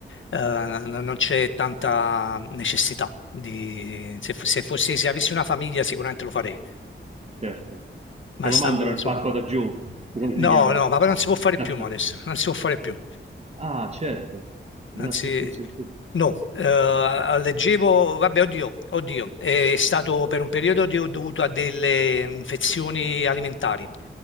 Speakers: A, on the left (about 75°); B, on the right (about 35°).
A: eh, non non c'è tanta necessità di se, fo- se fossi se avessi una famiglia sicuramente lo farei,
B: certo.
A: ma
B: Te lo
A: stando
B: mandano
A: da
B: il
A: solo.
B: pacco da giù, <laughs> come
A: No,
B: si chiama?
A: no, ma non si può fare
B: <laughs>
A: più, Modest, non si può fare più.
B: Ah, certo, non
A: Anzi,
B: è più consentito.
A: no, eh, leggevo, vabbè, oddio, oddio, è stato per un periodo di- dovuto a delle infezioni alimentari,